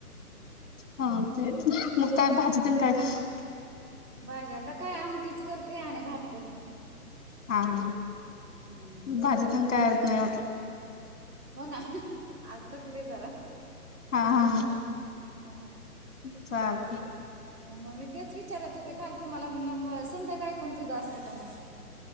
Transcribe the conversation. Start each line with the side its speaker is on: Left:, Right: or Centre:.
Left: हा ते मग काय भाजी तुम्ही काय कराय
Right: भाजी आता काय आमटीच करते आणि भात करते.
Left: हा हा
Right: हम्म
Left: भाजी तून काय होत नाही हो
Right: हो ना आज थकले जरा.
Left: हा हा
Right: अ
Left: चालते.
Right: मग मी तेच विचारत होते, काल तुम्हाला म्हणलं संध्याकाळी पण दुध असतं, का मग?